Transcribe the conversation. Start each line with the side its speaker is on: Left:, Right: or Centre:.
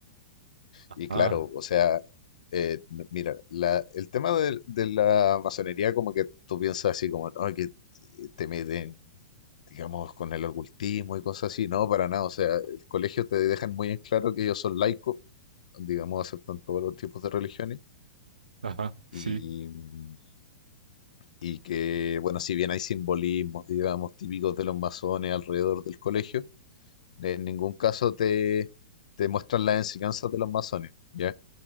Left: Y
Right: Ah,
Left: claro, o sea, eh, n- mira, la- el tema de, de la masonería, como que tú piensas así, como, no, que te meten, digamos, con el ocultismo y cosas así. No, para nada. O sea, el colegio te dejan muy en claro que ellos son laicos, digamos, aceptan todos los tipos de religiones
Right: ajá, sí,
Left: Y, mm, y que, bueno, si bien hay simbolismos, digamos, típicos de los masones alrededor del colegio, en ningún caso te, te muestran las enseñanzas de los masones, ¿ya?